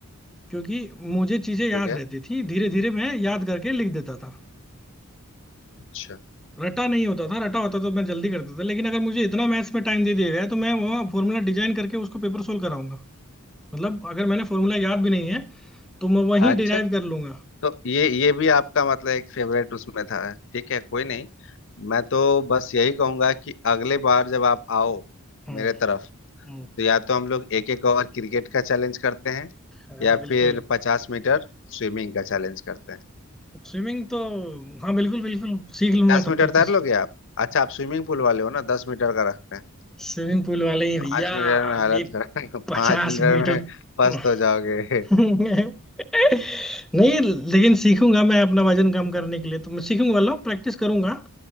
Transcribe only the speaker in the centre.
क्योंकि मुझे चीजें याद
रहती थी धीरे धीरे मैं याद करके लिख देता था
रटा नहीं होता था रटा होता तो मैं जल्दी करता था लेकिन अगर मुझे इतना मैथ्स में टाइम दे दिया गया है, तो मैं वहाँ फॉर्मूला डिजाइन करके उसको पेपर सोल्व कराऊंगा मतलब अगर मैंने फॉर्मूला याद भी नहीं है तो मैं वहीं
डिराइव कर लूंगा
हम्म
हम्म,
हाँ
बिल्कुल
स्विमिंग तो हाँ बिल्कुल बिल्कुल सीख लूंगा
तब
तक तो
स्विमिंग पूल वाले ही भैया
अभी
पचास
मीटर
<laughs>
<laughs> नहीं लेकिन सीखूंगा मैं अपना वजन कम करने के लिए तो मैं सीखूंगा वाला प्रैक्टिस करूंगा